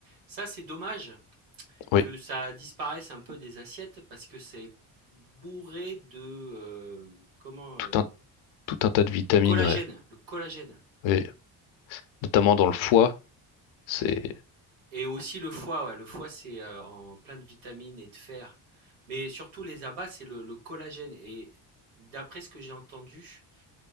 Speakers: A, on the right; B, on the left.
A: ça, c'est dommage
B: oui,
A: que ça disparaisse un peu des assiettes parce que c'est bourré de, heu, comment,
B: tout
A: heu,
B: un tout un tas de vitamines,
A: du collagène,
B: ouais,
A: le collagène.
B: Oui, notamment dans le foie, c'est
A: Et aussi le foie, ouais. Le foie, c'est euh, en plein de vitamines et de fer. Mais surtout les abats, c'est le, le collagène. Et d'après ce que j'ai entendu,